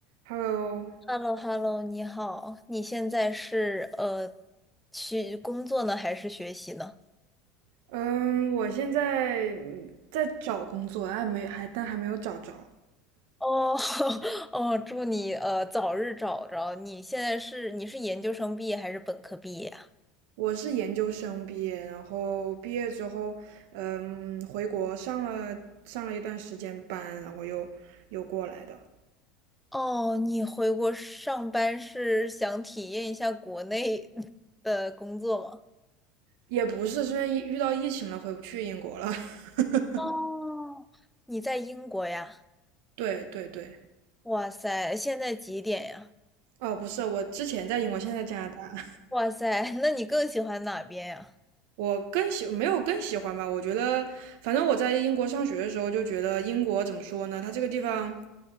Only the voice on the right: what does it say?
Hello，
嗯，我现在嗯在找工作，还没还但还没有找着。
我是研究生毕业，然后毕业之后，嗯，回国上了上了一段时间班，然后又又过来的，
也不是是因为疫遇到疫情了，回不去英国了。<laughs>
对对对，
哦，不是，我之前在英国，现在在加拿大。
我更喜没有更喜欢吧，我觉得反正我在英国上学的时候就觉得英国怎么说呢，它这个地方